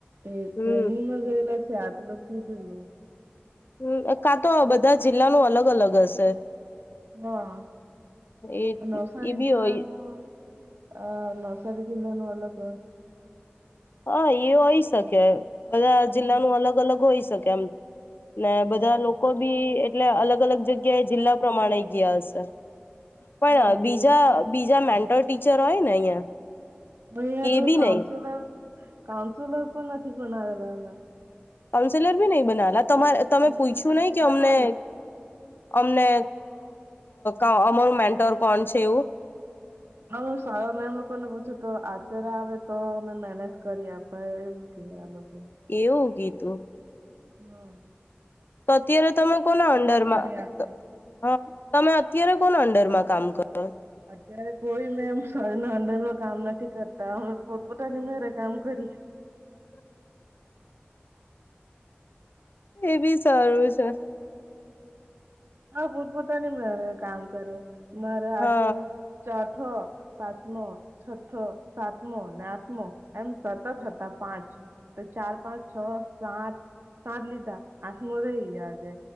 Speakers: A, on the right (about 80°); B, on the left (about 60°).
A: એ ટ્રેનિંગમાં
B: હમ
A: ગયેલા છે આત લોકો કીધુંલું.
B: હમ કાં તો બધા જિલ્લાનું અલગ અલગ હશે.
A: હા
B: એ
A: નવસારી
B: એ બી
A: જિલ્લાનું.
B: હોય
A: અ નર્સારી દ લનું અલપ
B: હા એ હોય શકે બધા
A: હમ
B: જિલ્લાનું અલગ અલગ હોઈ શકે એમ. ને બધા લોકો બી એટલે અલગ અલગ જગ્યા એ જિલ્લા પ્રમાણે ગયા હશે. પણ
A: હા
B: બીજા
A: તે
B: બીજા મેન્ટલ ટીચર હોય ને અહિયાં.
A: અયા
B: કે
A: તો
B: બી
A: કાઉન્સુલર
B: નહી
A: કાઉન્સુલર પણ નથી બનાવેલા અઇયા.
B: કાઉન્સેલર બી નહી બનાલા તમારે તમે
A: ને
B: પૂછ્યું
A: નથી
B: નહી કે
A: બનાવેલા
B: અમને અમને અ અમારું મેન્ટર કોણ છે એવું
A: હાું સા મેમ લોકો ને પૂછું તો આચર્ય આવે તો અમે મેનેજ કરી એમ. ઉપાય એમતી આનક <unintelligible>
B: એવું ગીતું.
A: હમ.
B: તો અત્યારે તમે કોના અંડરમાં
A: કરી આપે
B: હા તમે અત્યારે કોણ અંડરમાં કામ કરો?
A: અત્યારે કોઈ મેમ શરના અંદરમાં કામ નથી કરતા હ પોતપોતાની મેરે કામ કરી.
B: એ બી સારું છે.
A: હા ભૂતપોતાની મે કામ કરે, મારા
B: હા
A: આજે ચોથો. પાંચમો છથ સાતમો અને આઠમો એમ સતત હતા પાંચ. તો ચાર પાંચ છ સાત સાત લીધા આઠ મો રઈ ગયાજે.